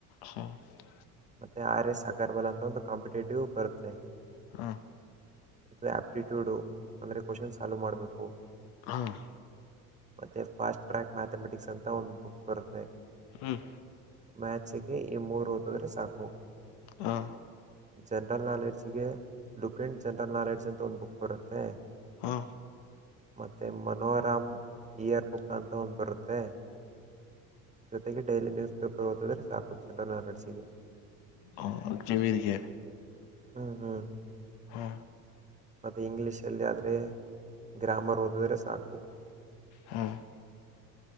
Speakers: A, on the left; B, on the right.
A: ಹ <unintelligible>
B: ಮತ್ತೆ ಆರ್ ಎಸ್ ಅಗರ್ಬಲ್ ಅಂತ ಒಂದು ಕಾಂಪಿಟೇಟಿವ್ ಬರುತ್ತೆ
A: ಹಾ
B: ಇಥ ಆ್ಯಪ್ಟಿಟ್ಯೂಡು ಅಂದರೆ ಕ್ವಶನ್ ಸಾಲ್ವ್ ಮಾಡಬೇಕು
A: ಹಾಂ
B: ಮತ್ತೆ ಫಾಸ್ಟ್ ಟ್ರ್ಯಾಕ್ ಮ್ಯಾಥಮೆಟಿಕ್ಸ್ ಅಂತ ಒಂದು ಬುಕ್ ಬರುತ್ತೆ
A: ಹ್ಮ್
B: ಮಾಥ್ಸ್ಗೆ ಈ ಮೂರು ಓದಿದ್ರೆ ಸಾಕು
A: ಹಾ
B: ಜನರಲ್ ನಾಲೆಡ್ಜ್ಗೆ ಲುಕ್ ಎಂಡ್ ಜನರಲ್ ನಾಲೆಡ್ಜ್ ಅಂತ ಒಂದು ಬುಕ್ ಬರುತ್ತೆ
A: ಹಾ
B: ಮತ್ತೆ ಮನೋರಾಮ್ ಇಯರ್ ಬುಕ್ ಅಂತ ಒಂದು ಬರುತ್ತೆ ಜೊತೆಗೆ ಡೈಲಿ ನ್ಯೂಸ್ ಪೇಪರ್ ಓದಿದ್ರೆ ಸಾಕು ಜನರಲ್ನಾಲೆಡ್ಜ್
A: ಹ ಅತಿವಿಗೆ <unintelligible>
B: ಹ್ಮ್ ಹ್ಮ್
A: ಹಾ
B: ಅದು ಇಂಗ್ಲೀಷಲ್ಲಿ ಆದರೆ ಗ್ರಾಮರ್ ಓದಿದ್ರೆ ಸಾಕು
A: ಹಾ <unintelligible>